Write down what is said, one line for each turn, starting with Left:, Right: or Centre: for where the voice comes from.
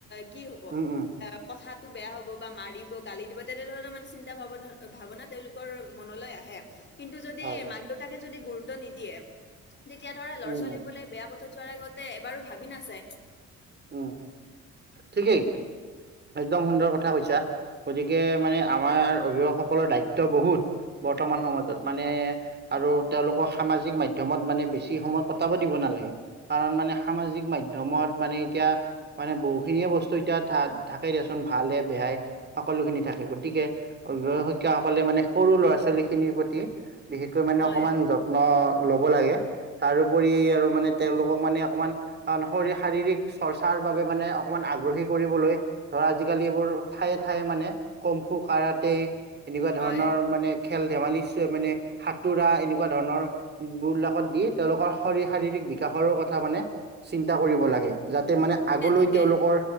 Left: কি হ'ব
Right: উম উম
Left: কথাটো বেয়া হ'ব বা মাৰিব গালি দিব তেনেধৰণৰ মানে চিন্তা ভাৱনা ভাৱনা তেওঁলোকৰ মনলৈ আহে কিন্তু যদি
Right: হয়
Left: মাক দেউতাকে যদি গুৰুত্ব নিদিয়ে তেতিয়া ধৰা ল'ৰা
Right: উম
Left: ছোৱালী
Right: উম
Left: বোলে বেয়া যোৱাৰ আগতে এবাৰো ভাবি নাচাই
Right: উম ঠিকেই একদম সুন্দৰ কথা কৈছা গতিকে মানে আমাৰ অভিভাৱকসকলৰ দায়িত্ব বহুত বৰ্তমান সমাজত মানে আৰু তেওঁলোক সামাজিক মাধ্যমত মানে বেছি সময় কটাব দিব নালাগে কাৰণ মানে সামাজিক মাধ্যমত মানে এতিয়া মানে বহুখিনিয়ে বস্তু এতিয়া থাকে দিয়াচোন ভালে বেয়াই সকলো খিনি থাকে গতিকে অভিভাৱকসকলে মানে সৰু ল'ৰা ছোৱালী খিনিৰ প্ৰতি বিশেষকৈ মানে
Left: হয়
Right: অকণমান যত ন ল'ব লাগে তাৰ ওপৰি আৰু মানে তেওঁলোকক মানে অকমান শ শাৰীৰিক চৰ্চাৰ বাবে মানে অকমান আগ্ৰহী কৰিবলৈ ধৰ আজিকালি এইবোৰ ঠায়ে ঠায়ে মানে কম্ফু কাৰাতে এনেকুৱা
Left: হয়
Right: ধৰণৰ মানে খেল ধেমালি চ মানে সাঁতোৰা এনেকুৱা ধৰণৰ বিলাকত দি তেওঁলোকৰ শৰ শাৰীৰিক বিকাশৰ কথা মানে চিন্তা কৰিব লাগে যাতে মানে আগলৈ
Left: ঠিকে
Right: তেওঁলোকৰ